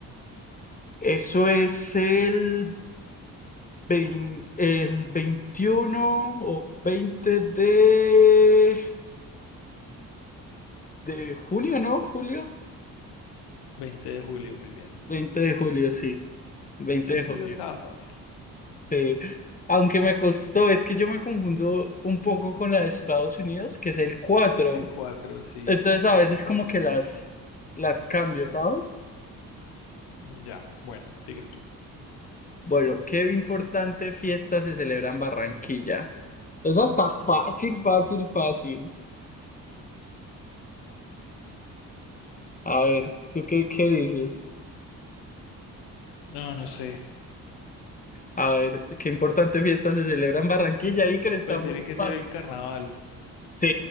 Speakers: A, on the left (about 20°); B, on the left (about 75°).
A: Eso es el vein- el 21 o 20 de de junio, ¿no? Julio.
B: ¿20 de julio? Muy bien.
A: veinte de julio, sí. El 20
B: Es
A: de julio.
B: que esa estaba fácil.
A: Sí. Aunque me costó, es que yo me confundo un poco con la de Estados Unidos, que es el cuatro
B: El cuatro sí.
A: Entonces a veces como que las, las cambio, ¿sabes?
B: Ya, bueno, sigues tú.
A: Bueno, ¿qué importante fiesta se celebra en Barranquilla? Esa está fácil, fácil, fácil. A ver, ¿tú qué, qué dices?
B: No, no sé.
A: A ver, ¿qué importante fiesta se celebra en Barranquilla? y que está
B: Pues
A: muy
B: tiene que
A: fácil.
B: ser el carnaval.
A: Sí,